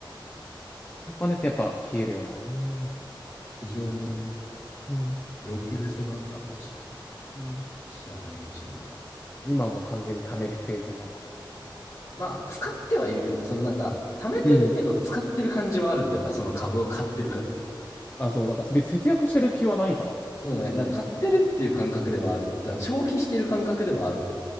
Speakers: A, on the left; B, on the left.
A: お金ってやっぱ消えるよな。うん。
B: 非常に
A: う
B: 浪費癖があったのかしら。
A: ん
B: 知らないうちに。
A: 今もう完全に貯めるフェーズになって。
B: まあ、使ってはいるけどね。そのなんか、貯めてるけど使ってる感じはあるんだよな。
A: うん。
B: その株を買ってるから。
A: あ、そう、だから別に節約してる気はないかな。
B: そうね。なんか買ってるっていう感覚ではある。
A: うん。
B: 消費してる感覚ではある。